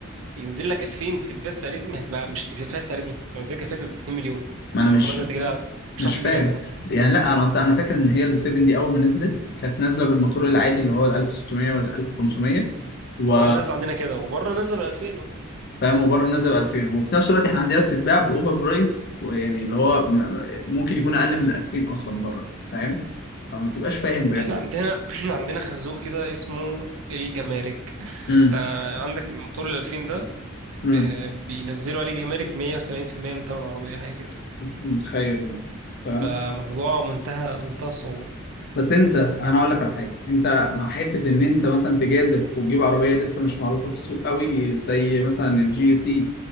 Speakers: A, on the right; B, on the left.
A: ينزل لك 2000 في الفئه السعريه دي ما هتبقى مش هتبقى فيها السعر دي لو نزلت كانت ب 2 مليون
B: ما انا
A: فخلاص
B: مش
A: انت كده مش
B: مش
A: هتعرف تبيع
B: فاهم
A: خلاص
B: يعني لا انا اصلا انا فاكر ان هي ال 7 دي اول ما نزلت كانت نازله بالموتور العادي اللي هو ال 1600 ولا ال 1500 و
A: هو نازل عندنا كده وبره نازله ب 2000 اهو
B: فاهم وبره نازل ب 2000 وفي نفس الوقت احنا عندنا بتتباع باوفر برايس ويعني اللي هو م- ممكن يكون اقل من ال 2000 اصلا بره فاهم فما تبقاش فاهم بجد
A: احنا عندنا <clears throat> عندنا خازوق كده اسمه الجمارك <laughs>
B: امم
A: انت عندك الموتور ال 2000 ده
B: امم
A: آه، بينزلوا عليه جمارك 170% من تمن العربية حاجة كده
B: متخيل انت فاهم
A: فموضوع منتهى منتهى الصعوبة
B: بس انت انا اقول لك على حاجه انت مع حته ان انت مثلا تجازف وتجيب عربيه لسه مش معروفه في السوق قوي زي مثلا الجي سي